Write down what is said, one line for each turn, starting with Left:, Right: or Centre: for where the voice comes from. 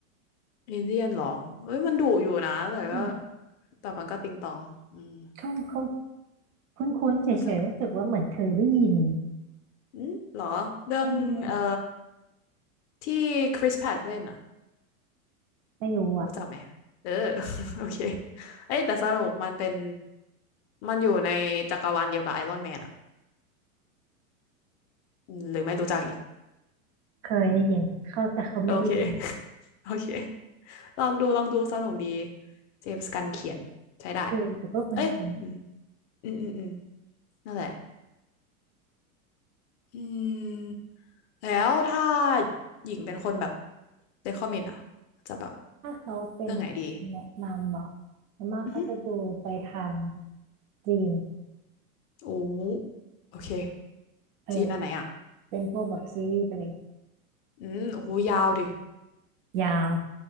Left: เอเลี่ยนเหรอเอ้ยมันดุอยู่นะแต่ก็
Right: อ้าว
Left: แต่มันก็ติงตองอืม
Right: เขาเขาคุ้นๆเฉยๆรู้สึกว่าเหมือนเคยได้ยิน
Left: มันจะอืมหรอ เรื่อง
Right: เออ
Left: เอ่อที่คริสแพ t เล่นอ่ะ
Right: ไม่รู้อ่ะ
Left: รู้จักไหม เออ <laughs> โอเคเอ้ยแต่สนุกมันเป็น มันอยู่ในจักรวาลเดียวกับไอรอนแมนอ่ะอืมหรือไม่รู้จักอีก
Right: เคยได้ยินเขาแต่เขาไม่ได้ดู
Left: โอเค <laughs> โอเค ลองดูลองดูสนุกดีเจมส์กันเขียนใช้ได้
Right: เออแต่ก็คุ้น
Left: เอ้ยอืม อืม อืม อืมนั่นแหละอืม แล้วถ้าหญิงเป็นคนแบบ recommend อ่ะจะแบบ
Right: ถ้าเขาเป็น
Left: เรื่องไหนดี
Right: แนะนำเหรอส่วนมากเขาจะดูไปทาง
Left: อือฮึ
Right: จีน
Left: โอ้โอเค
Right: เออ
Left: จีนอันไหนอ่ะ
Right: เป็นพวกแบบซีรีส์ไปเลย
Left: อืมโอ้โหยาวดิ
Right: ยาว